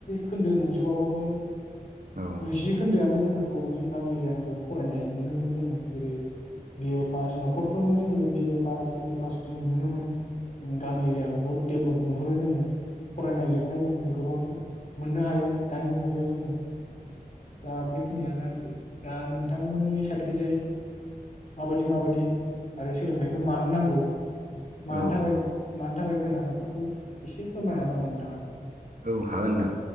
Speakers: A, on the left; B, on the right.
A: खोन्दो नंजोबाबाबो
B: औ
A: गुजि खोन्दोआनो जोंनाखौ जों गामि एरियानिखौ फरायनाय नुनो मोनो जोङो। जेरै बिए पास न नखरफ्रोमबो जोङो बिए पास एम ए पास जों नुनो मोनो जों गामि एरियाखौ बहुद देभलप नुहुरो जोङो फरायनाय लिरनाय जोङो गोबां मोननो हायो दानि मुगायाव जोङो। दा बेखिनियानो आरोखि दा नोंथांमोननि साइडखैजाय माबायदि माबायदि आरो सोलोंथाइखौ
B: औ
A: मानो नांगौ मानो
B: औ
A: थाखाय
B: औ
A: मानो थाखाय गोनां इफोरखौ एसे फोरमायनो
B: औ
A: हागोन नामा नोंथाङा?
B: औ हागोन नोंथां